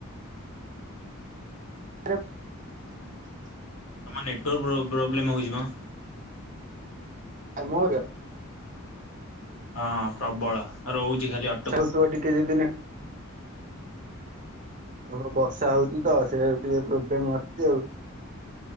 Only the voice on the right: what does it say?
<unintelligible>
<unintelligible> ମରିଆ।
ଚାଲୁଥିବ ଟିକେ ଯଦି ନେ ଓହୋ ବର୍ଷା ହୋଉଚି ତ ସେଇରାକ ଟିକେ ପ୍ରୋବ୍ଲେମ <unintelligible> ଆଉ।